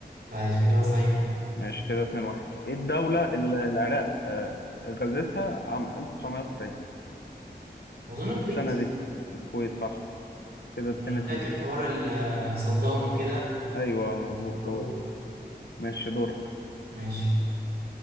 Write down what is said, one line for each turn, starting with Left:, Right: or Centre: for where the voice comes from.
Right: عايش اجابة صحيحة
Left: ماشي كده 2 1 ايه الدولة اللي العراق آه، غزتها عام 1990
Right: اظن الكويت
Left: السنة دي الكويت صح كده 2
Right: انا فاكر
Left: 2
Right: حوار ال- آه، صدام وكده
Left: ايوه مظبوط
Right: الحروب
Left: هو ده ماشي دورك
Right: ماشي